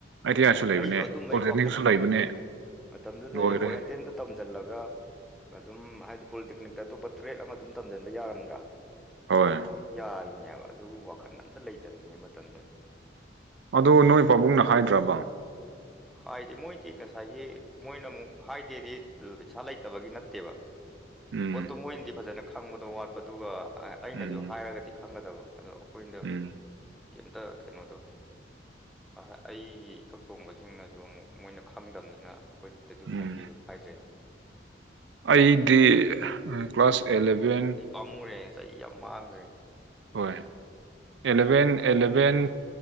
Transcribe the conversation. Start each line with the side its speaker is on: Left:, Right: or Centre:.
Right: ꯑꯥꯏ ꯇꯤ ꯑꯥꯏꯁꯨ ꯂꯩꯕꯅꯦ
Centre: ꯑꯩꯁꯨ ꯑꯗꯨꯝꯕ
Right: ꯄꯣꯂꯤꯇꯦꯛꯅꯤꯛꯁꯨ
Centre: ꯑꯩ ꯋꯥꯈꯜ ꯑꯝꯇ
Right: ꯂꯩꯕꯅꯦ
Centre: ꯂꯩꯇꯦ ꯃꯇꯝꯗꯨꯗ
Right: ꯂꯣꯏꯔꯦ
Centre: ꯑꯩ ꯑꯣꯔꯦꯟꯇꯦꯟꯗ ꯇꯝꯁꯤꯜꯂꯒ ꯑꯗꯨꯝ ꯍꯥꯏꯗꯤ ꯄꯣꯂꯤꯇꯤꯅꯤꯛꯇ ꯑꯇꯣꯞꯄ ꯇ꯭ꯔꯦꯠ ꯑꯃ ꯑꯗꯨꯝ ꯇꯝꯖꯟꯕ ꯌꯥꯔꯝꯗ꯭ꯔꯥ
Right: ꯍꯣꯏ
Centre: ꯂꯣꯏ ꯌꯥꯔꯤꯅꯦꯕ ꯑꯗꯨꯕꯨ ꯋꯥꯈꯜ ꯑꯝꯇ ꯂꯩꯇꯕꯤꯅꯦ ꯃꯇꯝꯗꯨꯗ
Right: ꯑꯗꯣ ꯅꯣꯏ ꯄꯥꯕꯨꯡꯅ ꯍꯥꯏꯗ꯭ꯔꯕ
Centre: ꯍꯥꯏꯗꯤ ꯃꯣꯏꯗꯤ ꯉꯁꯥꯏꯒꯤ ꯃꯣꯏꯅ ꯑꯃꯨꯛ ꯍꯥꯏꯗꯦꯗꯤ ꯄꯩꯁꯥ ꯂꯩꯇꯕꯒꯤ ꯅꯠꯇꯦꯕ
Right: ꯎꯝ
Centre: ꯄꯣꯠꯇꯣ ꯃꯣꯏꯅꯗꯤ ꯐꯖꯅ ꯈꯪꯕꯗꯣ ꯋꯥꯠꯄ ꯑꯗꯨꯒ ꯑꯩꯅꯁꯨ
Right: ꯎꯝ
Centre: ꯍꯥꯏꯔꯒꯗꯤ ꯈꯪꯒꯗꯕ ꯑꯗꯣ ꯑꯩꯈꯣꯏꯗ
Right: ꯎꯝ
Centre: ꯀꯩꯝꯇ ꯀꯩꯅꯣꯗꯣ ꯑꯩꯒꯤ ꯏꯊꯛ ꯊꯣꯡꯕꯁꯤꯡꯅꯁꯨ ꯑꯃꯨꯛ ꯃꯣꯏꯅ ꯈꯪꯗꯕꯅꯤꯅ ꯑꯩꯈꯣꯏꯗ ꯑꯗꯨꯒꯤ
Right: ꯎꯝ
Centre: ꯂꯝꯕꯤꯗꯣ ꯍꯥꯏꯗ꯭ꯔꯦ
Right: ꯑꯩꯗꯤ ꯀ꯭ꯂꯥꯁ ꯑꯦꯂꯚꯦꯟ
Centre: ꯑꯩ ꯄꯥꯝꯃꯨꯔꯦ ꯆꯍꯤ ꯌꯥꯝ ꯃꯥꯡꯈ꯭ꯔꯦ
Right: ꯍꯣꯏ ꯑꯦꯂꯚꯦꯟ ꯑꯦꯂꯚꯦꯟ